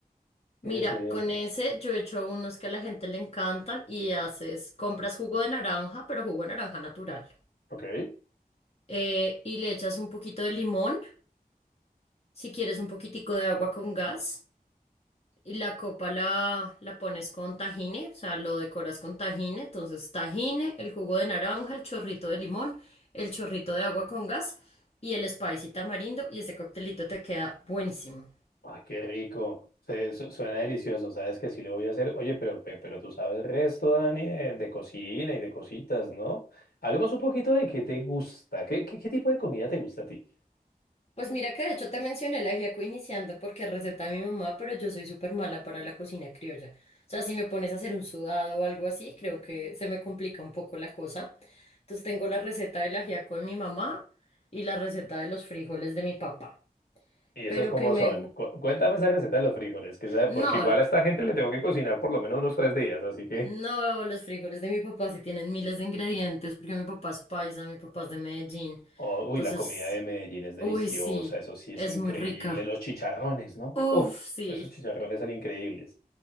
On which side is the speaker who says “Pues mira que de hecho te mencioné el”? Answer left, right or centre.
Left